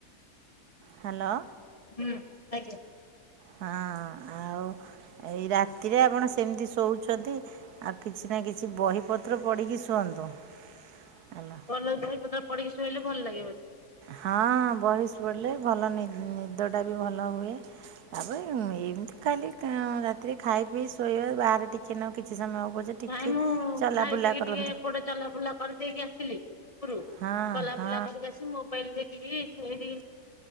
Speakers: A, on the right; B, on the left.
A: ହ୍ୟାଲୋ।
B: ହୁଁ ଆଜ୍ଞା।
A: ହଁ ଆଉ। ଏଇ ରାତିରେ ଆପଣ ସେମିତି ଶୋଉଛନ୍ତି। ଆଉ କିଛି ନା କିଛି ବହିପତ୍ର ପଡ଼ିକି ଶୁଅନ୍ତୁ। ହ୍ୟାଲୋ
B: ଭଲ ବହି ପତ୍ର ପଢିକି ଶୋଇଲେ ଭଲ ଲାଗେ ମତେ।
A: ହଁ। ବହିସ ପଡ଼ିଲେ ଭଲ ନି ନିଦଟା ବି ଭଲ ହୁଏ। ତାପରେ ଏମିତି ଖାଲି ଆଁ ରାତିରେ ଖାଇ ପିଇ ଶୋଇବା ବାହାରେ ଟିକେଏ ନାକୁ କିଛି ସମୟ ପଛେ ଟିକେ
B: ନାଇଁ ମୁଁ
A: ଚଲାବୁଲା
B: ଖାଇ ପିଇକି
A: କରନ୍ତୁ
B: ଟିକେ ଏପଟେ ଚଲା ବୁଲା କରିଦେଇକି ଆସିଲି। ଓପୁରୁ
A: ହଁ
B: ଚଲା
A: ହଁ
B: ବୁଲା କରିକ ଆସି ମୋବାଇଲ ଦେଖ ଖିକି ସେଇଠି